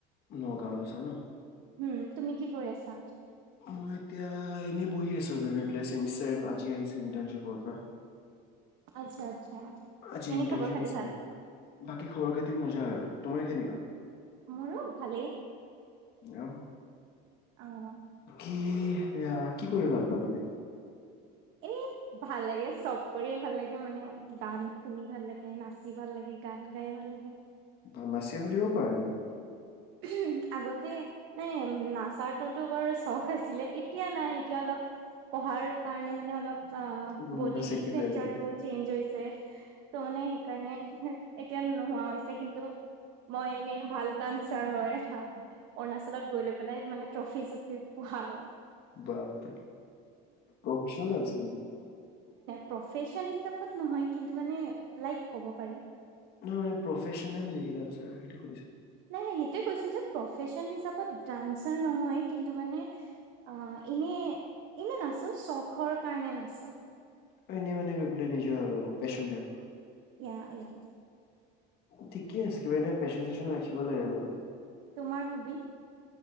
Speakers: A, on the left (about 50°); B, on the right (about 65°).
A: নগাঁওত আছা ন?
B: উম, তুমি কি কৰি আছা?
A: মই এতিয়া এনেই বহি আছো, <unintelligible> আজি আহিছে ইণ্টাৰ্ণশিপ পৰা।
B: আচ্ছা। আচ্ছা
A: আজি
B: এনে
A: ইণৰ্টানশ্বিপ
B: খবৰ খাতি
A: আছিলে।
B: ভাল
A: বাকী খৰৰ খাতি মজা আৰু। তোমাৰ কেনেকুৱা?
B: মোৰো ভালেই।
A: আহ।
B: আহ।
A: কি, কি কৰি ভাল পোৱা তুমি?
B: এনেই ভাল লাগে, চব কৰিয়ে ভাল লাগে মানে। গান শুনি ভাল লাগে, নাচি ভাল লাগে, গান গাই ভাল লাগে
A: ব নাচিয় বুলিব পাৰা নেকি
B: উ আগতে নাই নাচাৰটোতো বৰ চখ আছিলে এতিয়া নাই এতিয়া অলপ পঢ়াৰ কাৰণ এনেই মনেই অলপ
A: গম
B: বডি
A: পাই চেক্ৰিফাইচ
B: োৰটো
A: আৰু
B: <unintelligible> চেঞ্জ হৈছে ত' মানে সেইকাৰণে এতিয়া নোহোৱা হৈছে কিন্তু মই এনেই ভাল ডান্সাৰ হয় হা অৰুণাচলত গৈ লৈ পেলাই মানে ট্ৰফি চফি পোৱা আৰু
A: বাপৰি ভষ্ণু চলি <unintelligible>
B: প্ৰফেছন হিচাপত নহয় কিন্তু মানে লাইক কব পাৰি
A: নহয় মানে, প্ৰফেশ্যনেল নেকি ডাঞ্চাৰ সেইটো সুধিছো।
B: নাই, নাই সেইটোৱে কৈছোঁ যে প্ৰফেশ্যন হিচাপত ডান্সাৰ নহয়। কিন্তু মানে আ এনেই, এনেই নাচো, চখৰ কাৰণে নাচো।
A: ঐ এনেই মানে গৈ পেলাই নিজৰ আৰু পেশচন টাইপ।
B: ইয়া, ইয়া।
A: ঠিকে আছে। কিবা এনে পেশ্যন চেশ্যন ৰাখিব লাগে বাৰু।
B: তোমাৰ হবি?